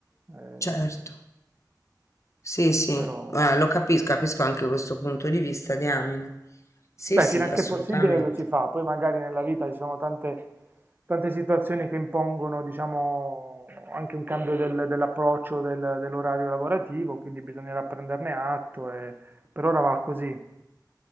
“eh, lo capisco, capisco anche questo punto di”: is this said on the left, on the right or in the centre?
Left